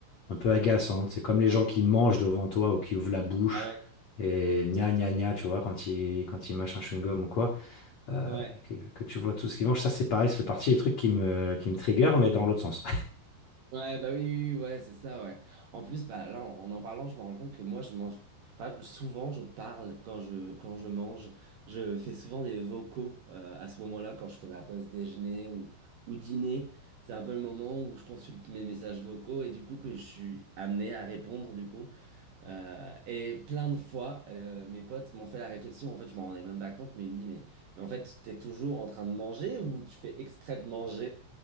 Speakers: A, on the left; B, on the right.
A: un peu agaçante. C'est comme les gens qui mangent devant toi ou qui ouvrent la bouche
B: Ah ouais,
A: et gna gna gna, tu vois, quand ils, quand ils mâchent un chewing-gum ou quoi, euh,
B: ouais.
A: que, que tu vois tout ce qu'ils mangent. Ça, c'est pareil, ça fait partie des trucs qui me, qui me trigger, mais dans l'autre sens.
B: Ouais, bah oui, oui, oui, ouais, c'est ça, ouais. En plus, bah là, en, en en parlant, je me rends compte que moi, je mange. Enfin, souvent, je parle quand je, quand je mange. Je fais souvent des vocaux euh, à ce moment-là, quand je fais ma pause déjeuner ou, ou dîner. C'est un peu le moment où je consulte mes messages vocaux et du coup que je suis amené à répondre, du coup. Euh, et plein de fois, euh, mes potes m'ont fait la réflexion. En fait, je m'en rendais même pas compte, mais ils me disent, mais, mais en fait, t'es toujours en train de manger ou tu fais exprès de manger?